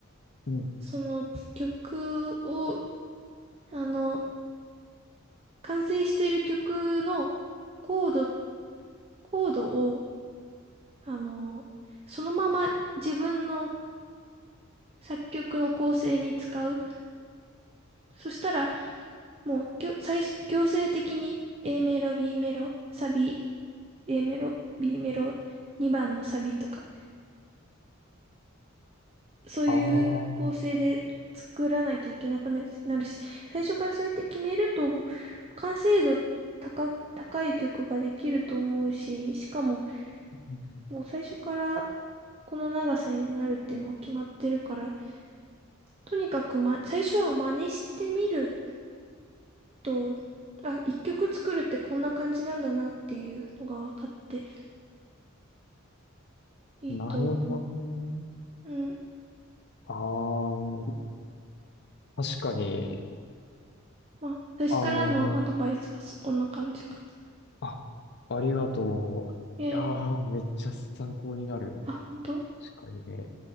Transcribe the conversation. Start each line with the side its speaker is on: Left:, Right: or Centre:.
Left: うん、
Right: その曲を、あの、完成してる曲のコード、コードをあの、そのまま自分の作曲の構成に使う。そしたら、もう、きょ、最初、強制的に A メロ、B メロ、サビ、A メロ、B メロ、2番のサビとか、そういう構成で作らなきゃいけなくななるし、
Left: あー、
Right: 最初からそうやって決めると、もう、完成度高、高い曲ができると思うし、しかも、
Left: うん
Right: もう最初からこの長さになるっていうのが決まってるから、とにかく、ま、最初は真似してみると、あ、一曲作るってこんな感じなんだなっていうのが分かっていいと思う。
Left: なるほどね。
Right: うん。
Left: あー、確かに、
Right: まあ、私からのアドバイスはそこんな感じかな。
Left: あの、あ、ありがとう。
Right: ええ
Left: いやー、めっちゃ参考になる。
Right: あ、本当。
Left: 確かにね。